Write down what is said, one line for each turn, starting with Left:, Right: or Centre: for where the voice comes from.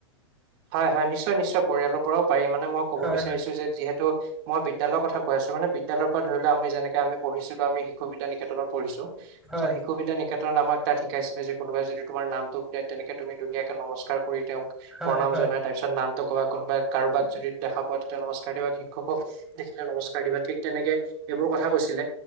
Right: হয় হয় নিশ্চয় নিশ্চয় পৰিয়ালৰ পৰাও পাৰি মানে মই ক'ব
Centre: হয়
Right: বিচাৰিছো
Centre: হয়
Right: যে যিহেতু মই বিদ্যালয়ৰ কথা কৈছো মানে বিদ্যালয়ৰ পৰা ধৰি লোৱা আমি যেনেকে আমি শিশু বিদ্যানিকেতনত পঢ়িছো
Centre: হয়
Right: চ' শিশু বিদ্যানিকে তন আমাক তাত শিকাইছিলে যে কোনোবাই যদি তোমাৰ নামটো খুধে, তেনেকে তমি ধুনিয়াকে নমস্কাৰ কৰি তেওঁক
Centre: হয়
Right: প্ৰণাম জনাই
Centre: হয়
Right: তাৰ পিছত নামটো ক'বা, কোনোবাই কাৰোবাক যদি দেখা পোৱা তেতিয়া নমস্কাৰ দিবা। শিক্ষকক দেখিলে নমস্কাৰ দিবা ঠিক তেনেকে, এইবোৰ কথা কৈছিলে